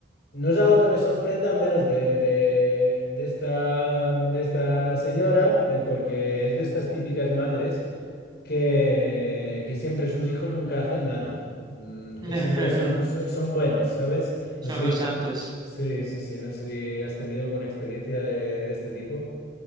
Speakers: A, on the left; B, on the right.
A: no es algo que me sorprenda, al menos de, de, de esta, de esta señora, eh, porque es de estas típicas madres que, que siempre sus hijos nunca hacen nada, mm,
B: <laughs>
A: que siempre son, so- son buenos, ¿sabes? No
B: Son
A: sé
B: los
A: si tú,
B: santos.
A: sí, sí, sí, no sé si has tenido alguna experiencia de, de este tipo.